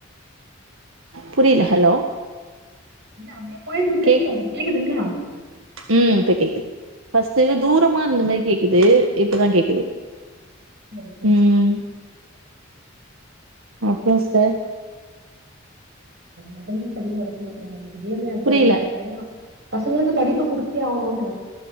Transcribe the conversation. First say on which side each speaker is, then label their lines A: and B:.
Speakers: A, on the right; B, on the right.
A: புரியில ஹலோ
B: இல்ல அப்டே போய்ட்ருக்குன்
A: கேக்
B: சொல்ற கேக்குதுங்ளா
A: ம் இப்ப கேக்குது ஃபஸ்ட்டு தூரமார்ந்த மரி கேக்குது இப்பதா கேக்குது
B: சரி, சரி,
A: ம்
B: சரி. <inaudible>
A: அப்புறோ சிஸ்டர்
B: அப்படியாருக்கு ஏ நம்ப திடீர்னு அதாருக்கு
A: புரியல
B: ஏன்னா பசங்களுக்கு படிப்ப குடுத்தே ஆவுணுன்ற